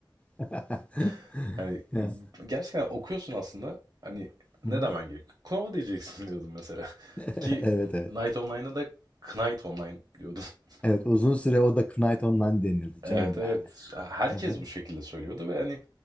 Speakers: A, on the left; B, on the right.
A: <laughs>
B: <laughs> Hani
A: Ya.
B: ıı, gerçekten okuyorsun aslında. Hani ne
A: Hı hı.
B: demen gerek? Knauf diyeceksin <laughs> diyordum mesela.
A: <laughs>
B: Ki
A: Evet evet.
B: Night Online'a da Knight Online diyordum. <laughs>
A: Evet uzun süre o da Knight Online denildi
B: Evet
A: canım
B: evet.
A: yani.
B: Herkes
A: Hı hı.
B: bu şekilde söylüyordu ve hani